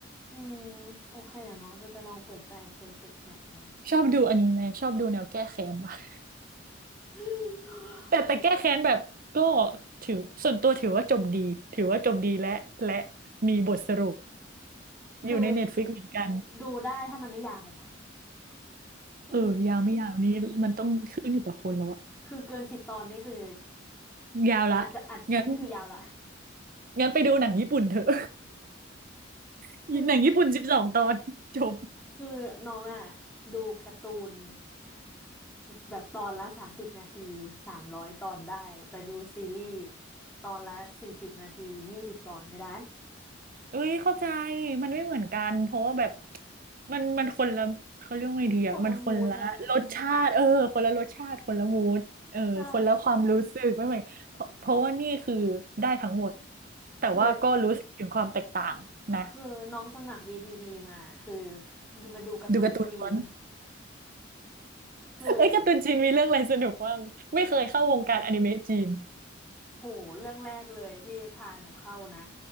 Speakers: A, in the centre; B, on the right.
A: อืมโอเคเดี๋ยวน้องจะไปลองเปิดใจ Perfect Match นะ
B: ชอบดูอนิเมะชอบดูแนวแก้แค้นมาก
A: <gasps>
B: แต่แต่แก้แค้นแบบก็
A: อืม
B: ถือส่วนตัวถือว่าจบดีถือว่าจบดีและและมีบทสรุป
A: คือ
B: อยู่ในเน็ตฟลิกเหมือนกัน
A: ดูได้ถ้ามันไม่ยาวคือ
B: เออยาวไม่ยาวนี้มันต้องขึ้นอยู่กับคนแล้วอะ
A: คือเกินสิบตอนนี่คือ
B: ยาวละ
A: อาจจะอัดนี่คือยาวละ
B: งั้นงั้นไปดูหนังญี่ปุ่นเถอะ <laughs>
A: <laughs> คือ
B: หนังญี่ปุ่นสิบสองตอนจบ
A: คือน้องอ่ะดูการ์ตูนแบบตอนละสามสิบนาทีสามร้อยตอนได้แต่ดูซีรีส์ตอนละสี่สิบนาทียี่สิบตอนไม่ได้
B: เอ้ยเข้าใจมันไม่เหมือนกันเพราะว่าแบบมันมันคนละเขาเรียกว่าไงดีอ่ะมันคนละรสชาติเออคนละรสชาติคนละมูดเออคนละความรู้สึกไม่เหมือนเพราะเพราะว่านี่คือได้ทั้งหมด
A: <laughs> คนละมูดนะใช่
B: แต่ว่าก็รู้สึกถึงความแตกต่างนะ
A: คือ คือน้องสมัคร VTV มาคือมาดูการ์ตูนจีน
B: ดูการ์ตูนล้วน
A: <laughs> คือ
B: เอ้ยการ์ตูนจีนมีเรื่องอะไรสนุกบ้างไม่เคยเข้าวงการอนิเมะจีน
A: โหเรื่องแรกเลยที่พาหนูเข้านะ